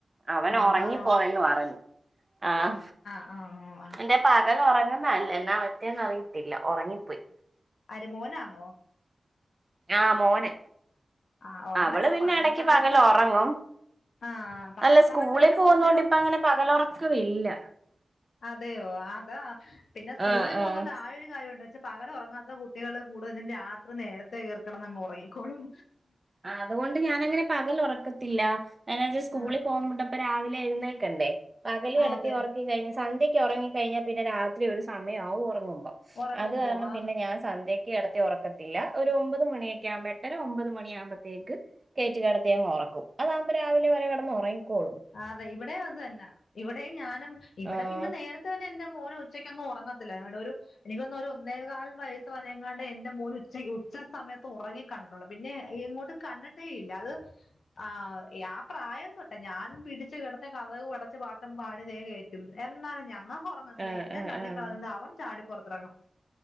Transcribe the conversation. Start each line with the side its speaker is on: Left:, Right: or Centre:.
Right: അവന്
Left: ആഹാ
Right: ഉറങ്ങിപ്പോയന്ന് പറഞ്ഞ് ആഹ്
Left: ആഹ് ആഹ്
Right: എന്റെ പകലൊറങ്ങുന്നതല്ല എന്നാ പറ്റിയേന്ന് അറിയത്തില്ല ഒറങ്ങിപ്പോയി
Left: ആര് മോനാന്നോ
Right: ആഹ് മോന്
Left: ആ ഉറങ്ങട്ടോ
Right: അവള് പിന്നെ
Left: പകൽ
Right: എടയ്ക്ക്
Left: സമയത്ത്
Right: പകലൊറങ്ങും-
Left: ആ പകൽ
Right: അല്ല സ്കൂളിൽ
Left: സമയത്ത് പിന്നെ
Right: പോകുന്ന
Left: കുറച്ചു നേരം
Right: കൊണ്ട് ഇപ്പ അങ്ങനെ പകലൊറക്കമില്ല
Left: അതെയോ അതാ പിന്നെ സ്കൂളിൽ
Right: ആഹ്
Left: പോനോണ്ട്
Right: ആഹ്
Left: ആ ഒരു കാര്യംണ്ട് ന്ന്ച്ചാ പകല് ഒറ ങ്ങാത്ത കുട്ടികള് കൂടുതലും രാത്രി നേരത്തെ കേറിക്കെടന്നങ്ങൊറങ്ങിക്കോളും
Right: ആ അതുകൊണ്ട് ഞാനങ്ങനെ പകലൊറക്കത്തില്ല ഞാൻ വിചാരിച്ചു സ്കൂളിൽ
Left: ആഹ്
Right: പോകുമ്പോ ഇപ്പൊ രാവിലെ എഴുന്നേക്കണ്ടേ പകല് കിടത്തി
Left: അതെ
Right: ഒറക്കി- പിന്നെ സന്ധ്യക്ക് ഒറങ്ങി കഴിഞ്ഞാൽ പിന്നെ രാത്രി ഒരു സമയം ആവും ഉറങ്ങുമ്പോ
Left: ഉറങ്ങുമ്പോ
Right: അത് കാരണം
Left: ആന്ന്
Right: പിന്നെ ഞാൻ- സന്ധ്യയ്ക്ക് കെടത്തി ഉറക്കത്തില്ല ഒരു ഒമ്പത് മണിയൊക്ക ആവ്മ്പ എട്ടര ഒമ്പത് മണി ആവുമ്പോ ത്തേക്ക് കേറ്റി കെടത്തിയങ്ങ് ഉറക്കും അതാകുമ്പോ രാവിലെ വരെ കെടന്നൊറങ്ങിക്കോളും
Left: ആ അതെ ഇവിടെയും അത് തന്ന ഇവിടെയും ഞാനും ഇവിടെ
Right: ആഹ്
Left: പിന്നെ നേരത്തെ തന്നെ എന്റെ മോന് ഉച്ചയ്ക്ക് എങ്ങും ഉറങ്ങത്തില്ല ഒരു എനിക്ക് തോന്നുന്നു ഒരു ഒന്നേകാൽ വയസ്സ് ങ്ങാണ്ട് എന്റെ മോൻ ഉ ഉച്ച സമയത്ത് ഉറങ്ങി കണ്ടിട്ടുള്ളൂ പിന്നെ എങ്ങോട്ട് കണ്ട ട്ടേയില്ല അത് ആ യാ പ്രായംതൊട്ടെ ഞാനും പിടിച്ചു കിടത്തി കതകും അടച്ച് പാട്ടും പാടി തേകേറ്റും എന്നാലും നമ്മ അവൻ ഉറങ്ങത്തില്ല
Right: ആഹ്
Left: എന്നെയും
Right: ആഹ്
Left: തള്ളിക്കളഞ്ഞോണ്ട്
Right: ആഹ്
Left: അവൻ ചാടിപ്പൊറത്തിറങ്ങും